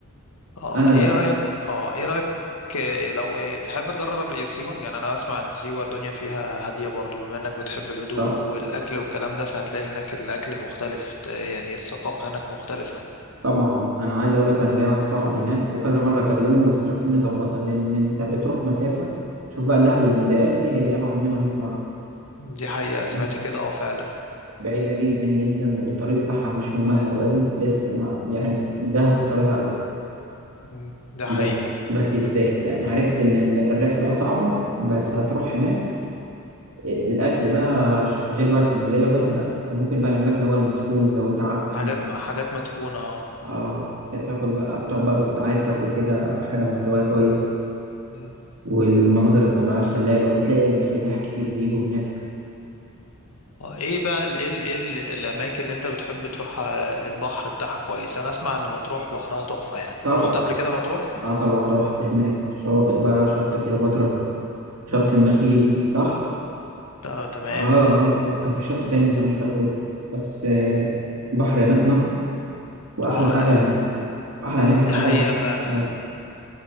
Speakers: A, on the left (about 85°); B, on the right (about 75°).
A: اه
B: انا
A: ايه
B: لا
A: رايك اه ايه رايك آه، لو آه، تحب تجرب قبل إيه سيوه يعني انا بسمع ان سيوه الدنيا فيها هاديه برضو بما انك بتحب الهدوء
B: طب
A: والاكل والكلام ده فهتلاقي هناك الاكل مختلف آه، يعني الثقافه هناك مختلفه
B: طبعا انا عايز اقول لك انا ليا واحد صاحبي هناك وكذا مره اكلمه بس مش عارفين نظبطها لان انت بتروح مسافه شوف بقى دهب اللي مضايقاك دي هي دي ابعد منها 100 مره
A: دي حقيقة سمعت
B: انت
A: كده اه فعلا
B: بعيده جدا جدا والطريق بتاعها مش ممهد قوي لسه ما يعني دهب طريقها اسهل
A: مم. ده
B: بس
A: حقيقة
B: بس يستاهل يعني عرفت ان ال- الرحله صعبه بس هتروح هناك الاكل بقى ش- غير بقى اسكندريه ودهب لا انت ممكن بقى يعملك اللي هو المدفون لو انت عارف
A: حاجات
B: المدفون.
A: حاجات مدفونة اه
B: اه تاكل بقى بتقعد بقى بالساعات تاكل كده حاجه مستويه كويس
A: مم.
B: والمناظر الطبيعيه الخلابه وبتلاقي سياح كتير بيجوا هناك
A: اه ايه بقى ال إيه ال إيه ال الأماكن اللي أنت بتحب تروحها البحر بتاعها كويس أنا أسمع إن مطروح بحرها تحفة يعني
B: طبعا
A: رحت قبل كده مطروح؟
B: اه طبعا رحت هناك شواطئ بقى شط كليوباترا شط
A: مم.
B: النخيل صح
A: طب تمام
B: اه اه اه وكان في شط تاني بس انا مش فاكره بس آه بحر هناك نقي واحلى
A: اه
B: حاجه
A: لا
B: هنا احلى هناك
A: دي
B: حاجه
A: حقيقة فعلا
B: آه،